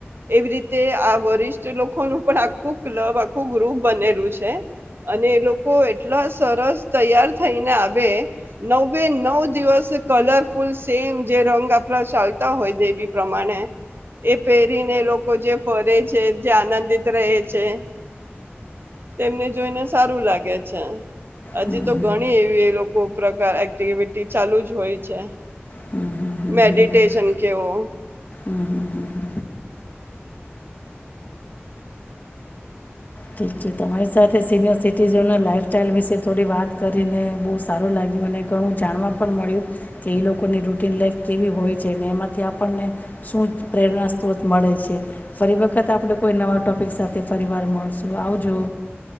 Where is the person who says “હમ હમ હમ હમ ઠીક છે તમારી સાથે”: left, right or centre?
Left